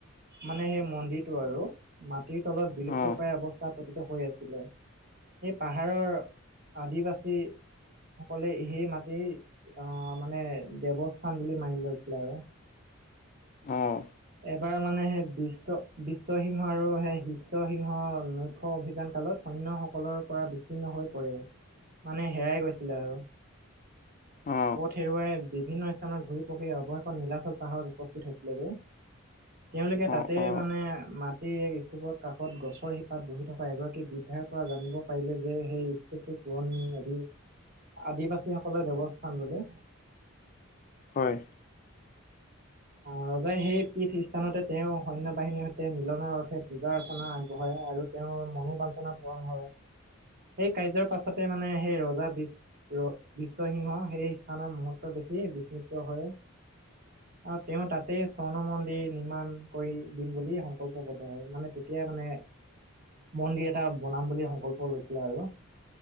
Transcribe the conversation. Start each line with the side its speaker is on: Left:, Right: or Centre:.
Right: মানে সেই মন্দিৰটো আৰু মাটিৰ তলত বিলুপ্তপায়
Left: অ
Right: অৱস্থা পতিত হৈ আছিলে সেই পাহাৰৰ আদিবাসী সকলে সেই মাটিৰ অ মানে দেৱস্থান বুলি মানি লৈছিলে আৰু
Left: অঁ
Right: এবাৰ মানে সেই বিশ্ব বিশ্বসিংহ আৰু সেই শিষ্যসিংহ লক্ষ্য় অভিযান কালত সৈন্যসকলৰ পৰা বিচ্ছিন্ন হৈ পৰে মানে হেৰাই গৈছিলে আৰু
Left: অ
Right: পথ হেৰুৱাই বিভিন্ন স্থানত ঘূৰি পকি অৱশেষত নীলাচল পাহৰ উপস্থিত হৈছিলেগৈ তেওঁলোকে
Left: অ
Right: তাতে
Left: অ
Right: মানে মাটিৰ এক স্তুপত কাষত গছৰ শিপাত বহি থকা এগৰাকী বৃদ্ধাৰ পৰা জানিব পাৰিলে যে সেই স্তপটো পুৰণি আদি আদিবাসী সকলৰ দেৱস্থান বোলে
Left: হয়
Right: ৰজাই সেই পীঠ স্থানতে তেওঁ সৈন্য বাহিনীৰ সৈতে মিলনৰ অৰ্থে পূজা অৰ্চনা আগবঢ়ায় আৰু তেওঁৰ মনোবাঞঞ্চনা পূৰণ হয় সেই কাৰ্যৰ পাছতে মানে সেই ৰজা বীজ ৰ বিশ্বসিংহ সেই স্থানৰ মুহূৰ্ত দেখি বিস্মিত হয় আৰু তেওঁ তাতে স্বৰ্ণ মন্দিৰ নিৰ্মাণ কৰি দিম বুলি সংকল্প বদ্ধ হয় মানে তেতিয়াই মানে মন্দিৰ এটা বনাম বুলি সংকল্প লৈছিলে আৰু